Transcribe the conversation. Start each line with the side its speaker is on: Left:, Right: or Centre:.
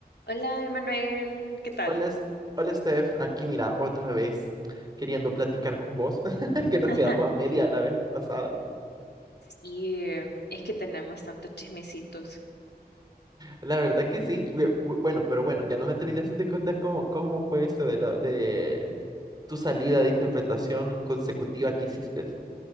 Left: Hola, Emanuel, ¿qué tal?
Right: Hola, Es- hola Steph, aquí mira, otra vez queriendo platicar con vos, <laughs> que
Left: <laughs>
Right: nos quedamos a media la vez pasada.
Left: Y eh, es que tenemos tantos chismecitos.
Right: La verdad que sí, bu- bu- bueno, pero bueno, ya no me terminaste de contar cómo, cómo fue eso de, la, de tu salida de interpretación consecutiva que hiciste.